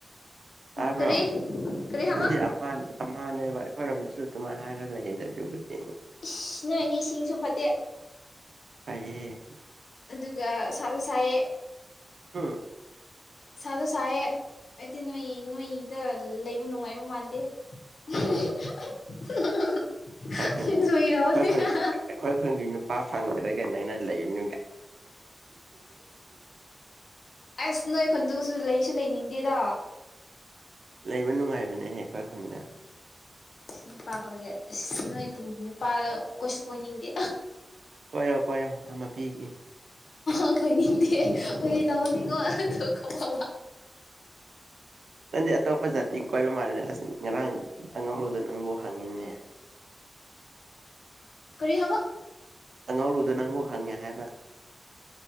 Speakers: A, on the right; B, on the left.
A: ꯍꯥꯏꯥꯕ꯭ꯔꯣ
B: ꯀꯔꯤ ꯀꯔꯤ
A: ꯑꯗꯨꯗꯤꯅꯦꯕ
B: ꯍꯥꯏꯕ
A: ꯍꯣꯏꯔꯣꯝꯗꯨꯁꯨ ꯑꯗꯨꯃꯥꯏ ꯍꯥꯏꯔ ꯂꯩꯌꯦ ꯑꯗꯨꯕꯨꯗꯤ
B: ꯏ ꯅꯣꯏꯅꯦ ꯏꯁꯤꯡꯁꯨ ꯐꯠꯇꯦ
A: ꯑꯩꯌꯦ
B: ꯑꯗꯨꯒ ꯁꯥꯁꯨ ꯁꯥꯏꯑꯦ
A: ꯍꯨꯝ
B: ꯁꯥꯁꯨ ꯁꯥꯏꯑꯦ ꯑꯩꯗꯤ ꯅꯣꯏ ꯅꯣꯏꯗ ꯂꯩꯕ ꯅꯨꯡꯉꯥꯏꯕ ꯃꯥꯟꯗꯦ <unintelligible> <inaudible> <unintelligible>
A: ꯈ ꯈ ꯀ
B: ꯐꯥꯒꯤ ꯇꯧꯕꯅꯦ
A: ꯈ ꯈ ꯈ ꯀ ꯅꯨꯄꯥ ꯁ ꯂꯩꯅꯨꯡ
B: ꯑꯁ ꯅꯣꯏ ꯈꯨꯟꯗꯨꯁꯨ ꯂꯩꯁꯨ ꯂꯩꯅꯤꯡꯗ ꯗ
A: ꯅꯨꯡꯉꯥꯏꯕꯅꯦ ꯍꯦ ꯈꯣꯏ ꯈꯗ
B: ꯅꯨꯄꯥ ꯍꯧꯔꯦ ꯑ ꯅꯣꯏ ꯈꯨꯟꯒꯤ ꯅꯨꯄꯥ ꯀꯩꯁꯨ ꯀꯣꯏꯅꯤꯡꯗꯦ
A: ꯀꯣꯏꯌꯣ ꯀꯣꯏꯌꯣ ꯑꯃ ꯄꯤꯒꯦ
B: ꯑ ꯀꯣꯏꯅꯤꯡꯗꯦ ꯑꯣꯏ ꯇꯃꯅꯤꯀꯣ ꯊ ꯀꯃ
A: ꯅꯪꯗꯤ ꯑꯇꯣꯞꯄ ꯖꯥꯇꯤ ꯀꯣꯏꯕ ꯃꯥꯜꯂꯦꯅꯦ ꯑꯁ ꯉꯔꯥꯡ ꯑꯉꯧꯔꯨꯗ ꯅꯪꯕꯨ ꯍꯪꯉꯤꯅꯦ
B: ꯀꯔꯤ ꯍꯥꯕ
A: ꯑꯉꯥꯎ ꯂꯨꯗ ꯅꯪꯕꯨ ꯍꯪꯉꯦ ꯍꯥꯏꯕ